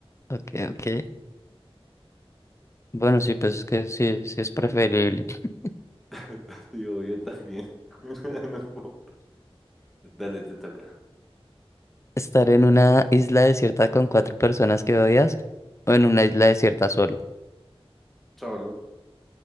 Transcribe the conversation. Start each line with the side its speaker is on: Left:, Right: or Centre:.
Left: ok, ok. Bueno, sí, pues es que sí, sí es preferible <laughs>
Centre: <laughs> Digo, yo también. <laughs> No puedo. Dale, te toca.
Left: estar en una isla desierta con cuatro personas que odias o en una isla desierta solo.
Centre: Solo.